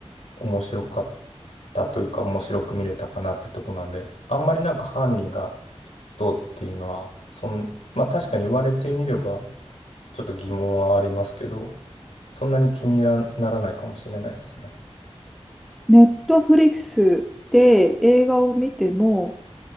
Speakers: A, on the left; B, in the centre.
A: 面白かったというか面白く見れたかなってとこなんで、あんまりなんか犯人がどうっていうのは、そん、まあ確かに言われてみれば、ちょっと疑問はありますけど、そんなに気になならないかもしれないですね。
B: ネットフリックスで映画を見ても、